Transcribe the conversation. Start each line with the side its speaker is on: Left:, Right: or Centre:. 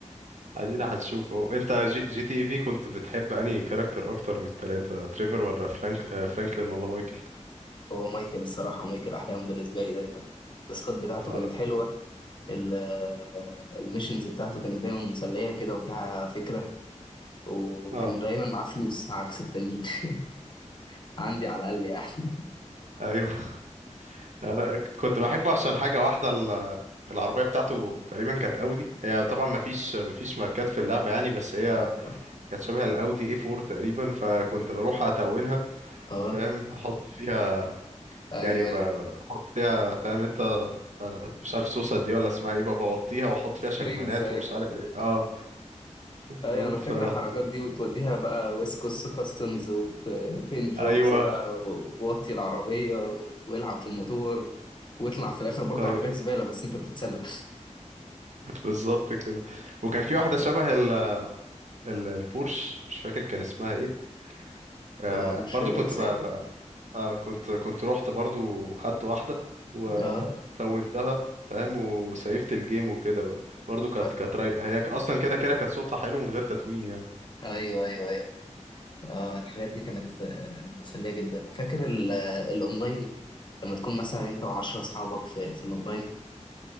Right: ادينا هنشوفه انت جي, جي تي اي في كنت بتحب انهي كاركتر اكتر من التلاتة تريفر ولا فرانك آه، فرانكلين ولا مايكل
Left: هو مايكل الصراحة مايكل أحلام بالنسبة لي دايما التاسكات بتاعته
Right: اه
Left: كانت
Right: انا
Left: حلوة ال- الميشنز بتاعته كانت دايما مسلية كده وفيها فكرة وكان
Right: اه
Left: دايما معاه فلوس عكس التانيين <laughs> عندي على الأقل يعني
Right: ايوه <laughs> انا كنت بحبه عشان حاجه واحده ال- العربيه بتاعته تقريبا كانت اودي هي طبعا ما فيش ما فيش ماركات في اللعبه يعني بس هي
Left: اه
Right: كانت شبه الاودي اي 4 تقريبا فكنت بروح اتونها
Left: اه
Right: فاهم احط فيها
Left: ايوه
Right: يعني ب-
Left: ايوه
Right: ب- بحط فيها فاهم انت آه، مش عارف صوصة دي ولا اسمها ايه ببوطيها واحط فيها
Left: سبرينجز
Right: شكمانات
Left: ايوه
Right: ومش عارف ايه اه فاهم
Left: ايوه انا
Right: ف
Left: فاكر الحركات دي وتوديها بقى ويسكوس كاستمز وبين جوبز
Right: ايوه
Left: بقى و- ووطي العربيه و- والعب في الموتور واطلع في الاخر برضه
Right: ايوه
Left: عربيه زباله بس انت بتتسلق
Right: بالظبط كده وكان في واحده شبه ال ال البورش مش فاكر كان اسمها ايه
Left: <laughs>
Right: آه
Left: اه مش
Right: برضو
Left: فاكر
Right: كنت
Left: اسامي
Right: بقى, بقى آه كنت كنت رحت برضو خدت واحده وتونتها
Left: اه
Right: فاهم وسيفت الجيم وكده بقى برضو كانت
Left: آه،
Right: كانت رايقه هي ك- اصلا كده كده كانت صوتها حلو من غير تتوين يعني
Left: ايوه ايوه ايوه اه الحاجات دي كانت آه، مسليه جدا وفاكر ال- آه، الاونلاين لما تكون مثلا انت وعشرة اصحابك في في الاونلاين